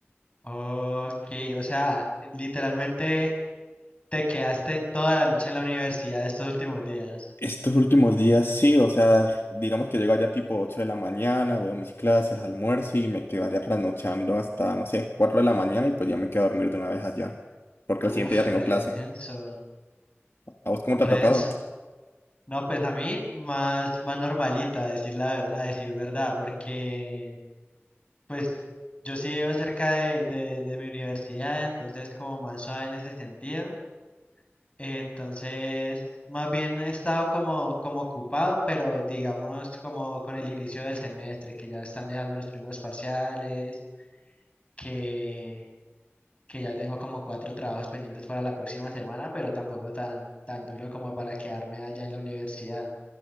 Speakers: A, on the left; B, on the left.
A: Ok, o sea, literalmente te quedaste toda la noche en la universidad estos últimos días.
B: Estos últimos días sí, o sea, digamos que llego allá tipo 8 de la mañana, veo mis clases, almuerzo y me quedo allá trasnochando hasta, no sé, 4 de la mañana y pues ya me quedo a dormir de una vez allá, porque al
A: Uf,
B: siguiente ya tengo
A: redenso,
B: clase. ¿A vos cómo te
A: redenso.
B: ha tocado?
A: No, pues a mí más, más normalito, a decir la verdad, a decir verdad, porque Pues yo sí vivo cerca de, de, de mi universidad, entonces como más suave en ese sentido. Entonces, más bien he estado como, como ocupado, pero digamos como con el inicio del semestre, que ya están dejando los primeros parciales, que, que ya tengo como cuatro trabajos pendientes para la próxima semana, pero tampoco tan, tan duro como para quedarme allá en la universidad.